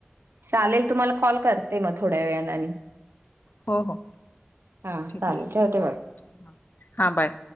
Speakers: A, on the right; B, on the left.
A: चालेल तुम्हाला कॉल करते मग थोड्या वेळाला आणि
B: हो ह
A: हा
B: ठीक
A: चालेल
B: आहे
A: ठेवते बघा.
B: हा बाय